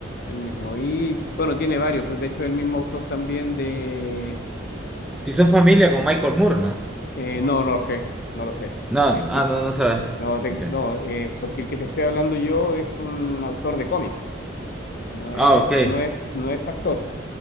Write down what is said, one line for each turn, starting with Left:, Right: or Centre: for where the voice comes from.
Left: El mismo. Y bueno, tiene varios, pues de hecho el mismo autor también de...
Centre: Si son familia con Michael Moore, ¿no?
Left: eh, no, no lo sé, no lo sé.
Centre: No,
Left: Es que,
Centre: ah, no, no sabes.
Left: no, te-
Centre: Ok.
Left: no eh, porque el que te estoy hablando yo es un autor de cómics, no
Centre: Ah,
Left: es,
Centre: ok.
Left: no es, no es actor.